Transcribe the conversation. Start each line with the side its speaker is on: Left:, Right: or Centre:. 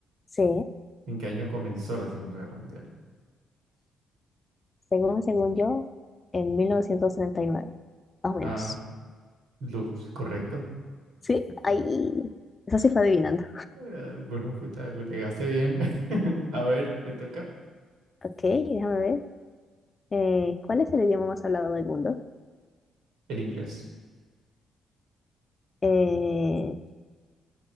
Left: Sí.
Right: en qué año comenzó la Segunda Guerra Mundial.
Left: Según, según yo, en 1939, más o
Right: Ah,
Left: menos.
Right: lo correcto.
Left: Sí, ahí. Eso sí fue adivinando.
Right: Eh, bueno, pues ta- le pegaste bien. <laughs> A ver, te toca
Left: Ok, déjame ver. Eh, ¿cuál es el idioma más hablado del mundo?
Right: el inglés.
Left: Eh,